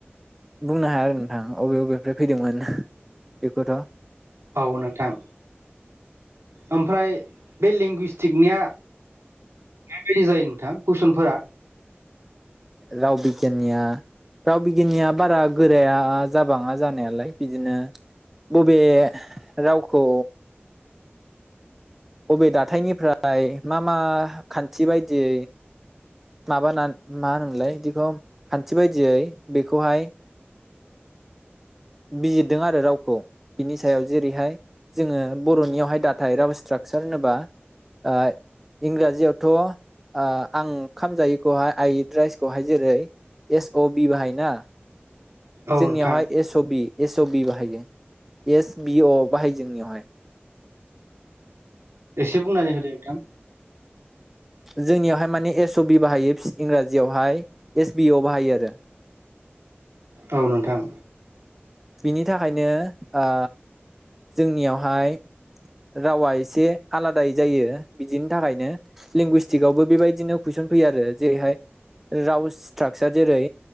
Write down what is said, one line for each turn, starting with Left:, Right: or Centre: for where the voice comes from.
Centre: बुंनो हाया न थां अबे अबेनिफ्राय फैदोंमोन बेखौथ'
Right: औ नोंथां ओमफ्राय बे लेंगुइस्टिकनिया माबायदि जायो नोंथां कुइसनफोरा
Centre: राव बिगियाननिया राव बिगियाननिया बारा गोराया जाबाङा जानायालाय बिदिनो बबे रावखौ अबे दाथायनिफ्राय मा मा खान्थि बायदियै माबाना मा होनोमोनलाय बिदिखौ खान्थि बायदियै बेखौहाय बिजिरदों आरो रावखौ बिनि सायाव जेरैहाय जोङो बरनियावहाय दाथाइ राव स्ट्राकसार होनोबा ओ इंराजियावथ ओ आं ओंखाम खामजायैखौहाय आइ इट राइसखौहाय जेरै एस अ बि बाहायोना
Right: औ
Centre: जोंनियावहाय
Right: नोंथां
Centre: एस बि एस अ बि बाहायो एस बिअ बाहायो जोंनियावहाय
Right: एसे बुंनानै होदे नोंथां
Centre: जोंनियावहाय माने एस अ बि बाहायो फि इंराजियावहाय एस बि अ बाहायो आरो
Right: औ नोंथां
Centre: बिनि थाखायनो ओ जोंनियावहाय रावा एसे आलादायै जायो बिदिनि थाखायनो लिंगुइस्टिकआवबो बेबायदिनो कुइसन फैयो आरो जेरैहाय राव स्ट्राकसार जेरै